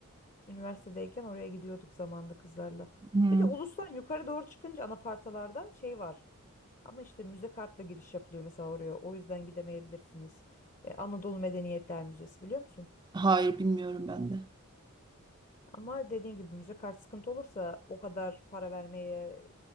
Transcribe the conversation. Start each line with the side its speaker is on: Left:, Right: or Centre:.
Left: Üniversitedeyken oraya gidiyorduk zamanda kızlarla.
Right: Hmm,
Left: Bir de Ulus'tan yukarı doğru çıkınca anafartalardan şey var. Ama işte müze kartla giriş yapılıyor mesela oraya. O yüzden gidemeyebilirsiniz. E, Anadolu Medeniyetler Müzesi biliyor musun?
Right: hayır bilmiyorum ben de.
Left: Ama dediğin gibi müze kart sıkıntı olursa o kadar para vermeye